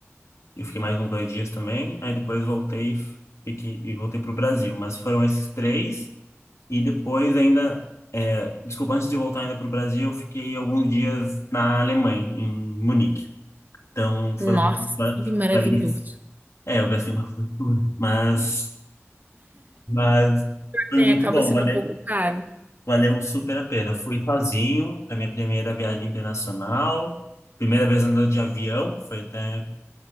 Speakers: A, on the left; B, on the right.
A: eu fiquei mais uns dois dias também. Aí depois voltei, e fiquei e voltei para o Brasil. Mas foram esses três. E depois ainda, é, desculpa, antes de voltar ainda para o Brasil, eu fiquei alguns dias na Alemanha, em Munique. Então foram
B: Nossa,
A: quatro
B: que maravilhoso.
A: países. É, eu gastei uma fortuna, mas, mas foi
B: É,
A: muito
B: acaba
A: bom,
B: sendo
A: valeu,
B: um pouco caro.
A: valeu super a pena. Eu fui sozinho, foi a minha primeira viagem internacional, primeira vez andando de avião, foi até,